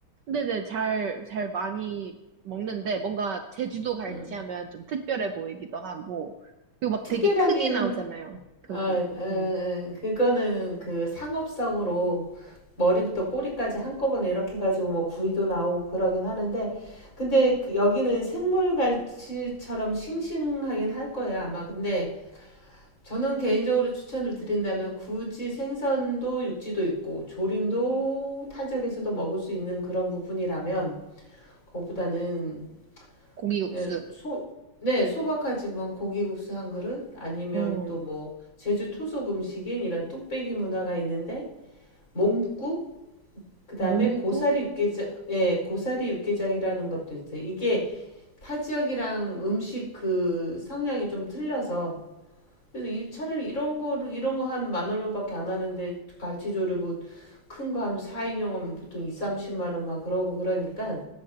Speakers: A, on the right; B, on the left.
A: 네네, 잘, 잘 많이 먹는데, 뭔가 제주도 갈치
B: 음.
A: 하면 좀 특별해 보이기도 하고, 그리고 막
B: 특별하긴
A: 되게 크게 나오잖아요. 거기,
B: 아, 음,
A: 음,
B: 그거는 그 상업성으로 머리부터 꼬리까지 한꺼번에 이렇게 가지고 뭐 구이도 나오고 그러긴 하는데 근데 그 여기는 생물 갈치처럼 싱싱하긴 할 거예요 아마 근데 저는 개인적으로 추천을 드린다면 굳이 생선도 육지도 있고 조림도 타 지역에서도 먹을 수 있는 그런 부분이라면 거보다는
A: 고기국수.
B: 그냥 소, 네, 소박하지만 고기국수 한 그릇 아니면
A: 음,
B: 또 뭐 제주 토속 음식인 이런 뚝배기 문화가 있는데 몸국 그다음에
A: 몸국?
B: 고사리 육개장 예, 고사리 육개장이라는 것도 있어요. 이게 타 지역이랑 음식 그 성향이 좀 틀려서 그래서 이 차라리 이런 거를 이런 거 한 만 얼마밖에 안 하는데 갈치조를 뭐큰 거 하면 4인용 하면 보통 2, 30만 원 막 그러고 그러니까